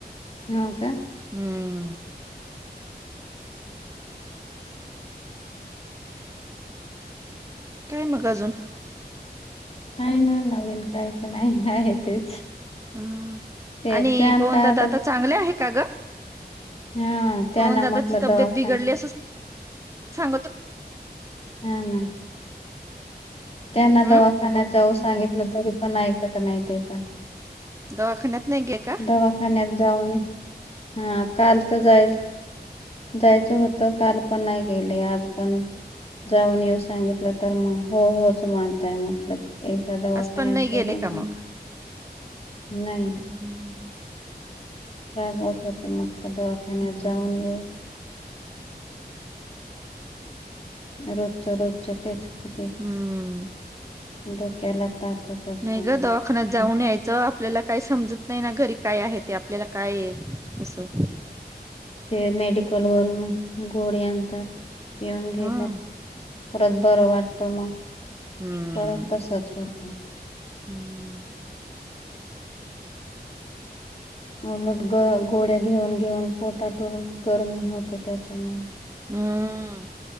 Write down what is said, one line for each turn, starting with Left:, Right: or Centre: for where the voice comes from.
Left: हा का.
Right: हम्म. काय मग अजून.
Left: काय नाय नवीन कायच नाही आहे तेच.
Right: हा
Left: ते
Right: आणि
Left: पॅन
Right: पवनदादा
Left: कार्ड
Right: आता चांगले आहे का ग.
Left: हा त्यांना
Right: पवनदादाची
Left: म्हटलं
Right: तब्येत
Left: दवाखाना
Right: बिघडली असं सांगत...
Left: हा ना.. त्यांना
Right: हो हं?
Left: दवाखान्यात जाऊ सांगितलं तरी पण ऐकत नाही ते पण.
Right: दवाखान्यात नाही गे का?
Left: दवाखान्यात जाऊन, हा कालच जाईल... जायचं होतं काल पण नाही गेले आज पण... जाऊन येऊ सांगितलं तर मग हो होच माणताय म्हटलं. एकदा दवाखान्यात
Right: आज पण नाही गेले
Left: गले ना,
Right: का मग?
Left: नाही...
Right: हम्म.
Left: रागवत होते मोठल्या दवाखान्यात
Right: हम्म.
Left: जाऊन येऊ.. रोजच रोजच तेच किती
Right: हम्म.
Left: डोक्याला.. तापच असतो
Right: नाही ग दखानात
Left: मग
Right: जाऊन यायचं आपल्याला काही समजत नाही ना घरी... काय आहे ते आपल्याला काय असं.
Left: ते मेडिकल वरून गोळी आणतात पिऊन घेतात.
Right: हां.
Left: परत बरं वाटत मग
Right: हम्म.
Left: परत तसच होतय.
Right: हम्म.
Left: उलट ग गोळ्या घेऊन घेऊन पोटाट उट गरमी होते त्याच्यामुळे....
Right: हम...